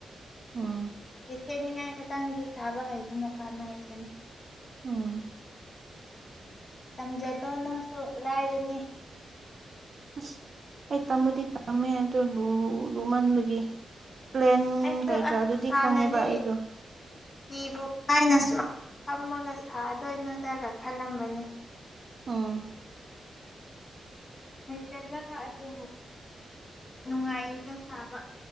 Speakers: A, on the right (about 45°); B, on the left (about 30°).
A: ꯎꯝ
B: ꯍꯩꯅꯤꯡꯉꯥꯏ ꯈꯤꯇꯪꯗꯤ ꯁꯥꯕ ꯍꯩꯕꯅ ꯀꯥꯅꯩꯗꯅ
A: ꯎꯝ
B: ꯇꯝꯁꯤꯜꯂꯣ ꯅꯪꯁꯨ ꯂꯥꯏꯕꯅꯤ
A: ꯑꯁ ꯑꯩ ꯇꯝꯕꯗꯤ ꯇꯝꯃꯦ ꯑꯗꯨꯗ ꯂꯨ ꯂꯨꯃꯟꯕꯒꯤ ꯄ꯭ꯂꯦꯟ
B: ꯑꯩꯁꯨ
A: ꯀꯩꯀꯥ
B: ꯑꯁ
A: ꯑꯗꯨꯗꯤ
B: ꯍꯥꯟꯅꯗꯤ
A: ꯈꯪꯉꯦꯕ ꯑꯩꯗꯣ
B: ꯐꯤꯕꯨ ꯀꯥꯏꯅ ꯁꯨꯃꯥꯏꯅ ꯐꯝꯃꯒ ꯁꯥꯗꯣꯏꯅꯣꯗꯒ ꯈꯜꯂꯝꯕꯅꯤ
A: ꯑꯥ
B: ꯍꯩꯖꯜꯂꯒ ꯑꯗꯨꯝ ꯅꯨꯡꯉꯥꯏꯗ ꯁꯥꯕ